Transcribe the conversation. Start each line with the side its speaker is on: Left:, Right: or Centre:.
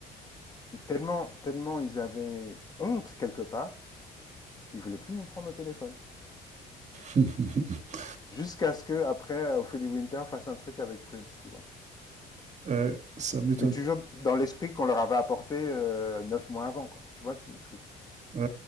Left: tellement, tellement ils avaient honte quelque part, ils voulaient plus nous prendre au téléphone.
Right: <laughs>
Left: Jusqu'à ce que après, euh, Ophélie Winter fasse un truc avec Prince, tu vois.
Right: Ouais, ça m'étonne.
Left: Mais toujours dans l'esprit qu'on leur avait apporté euh, neuf mois avant, quoi. Tu vois, ce truc.
Right: Ouais,